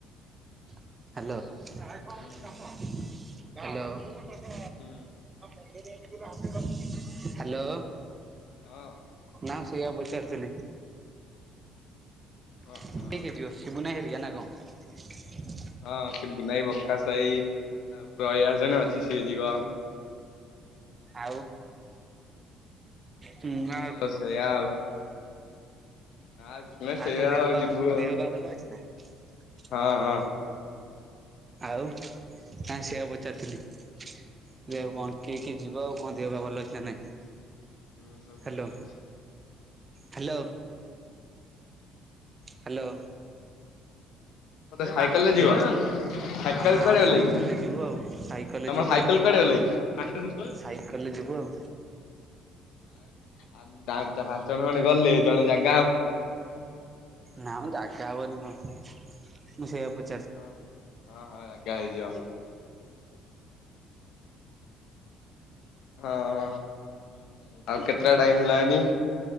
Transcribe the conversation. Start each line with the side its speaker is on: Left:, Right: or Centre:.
Right: ହ୍ୟାଲୋ। <inaudible>
Left: ହୁଁ
Right: କାମ ହ୍ୟାଲୋ।
Left: ହୁଁ।
Right: <unintelligible> ହ୍ୟାଲୋ
Left: ହଁ
Right: ନା ସେୟା ପଚା ଥିଲି।
Left: ହଁ
Right: କିଏ କିଏ ଯିବ ସିବୁନା ଭାଇ ହେରିକା ନା ବଲ
Left: ହଁ ଶିବ ବୁନାଇ ବକାସ ଭାଇ। ଆଉ ପ୍ରୟାଜନ ଅଛି ସଏ ଯିବ।
Right: ଆଉ। ହୁଁ
Left: ହଁ
Right: ଆଉ କଁ?
Left: ସେଇଆ ଆଉ ନା କିଛି ନାହିଁ ସେଇଆ
Right: ଆଉ ତୋ ଦେହ ପାଲ
Left: ଯିବୁ ଆଉ
Right: ଦେହ ପା ଭଲ ଅଛି ନା? ଅ
Left: ହଁ
Right: ହ।
Left: ହଁ।
Right: ଆଉ ହଁ ସେଇଆ ପଚାରୁଥିଲି। <unintelligible>
Left: ହୁଁ
Right: ଆଉ
Left: ହୁଁ
Right: କଣ କିଏ କିଏ ଯିବା ଆଉ କଁ ଦିହ ବା ଭଲ ଅଛି ନା ନାଇଁ?
Left: ହୁଁ ସବୁ
Right: ହ୍ୟାଲୋ
Left: ଭଲ ଅଛି।
Right: ହ୍ୟାଲୋ ହ୍ୟାଲୋ
Left: ସାଇକେଲରେ
Right: ହ୍ୟାଲୋ
Left: ଯିବ ସାଇକେଲ
Right: ହଁ
Left: ସଜାଡିବା
Right: ସାଇକେଲରେ
Left: ଲାଗି?
Right: ଯିବୁ ଆଉ ସାଇକେଲରେ
Left: ତମ
Right: ଯିବୁ
Left: ସାଇକଲ
Right: ଆଉ
Left: କୁଆଡେ ଗଲା କି? <unintelligible> <unintelligible>
Right: ସାଇକେଲରେ ଯିବୁ ଆଉ।
Left: ପାଞ୍ଚ ଜଣ ଖଣ୍ଡେ ଗଲେ ଜଣେ ଯାଗା
Right: ନାମ ଜାଗା ହବନି କଣ। ମୁଁ ସେୟା ପ
Left: ହଁ ହଁ ହଁ ଜାଗା ହେଇଯିବ। ହଁ। ଆଉ କେତେଟା ଟାଇମ ହେଲାନି?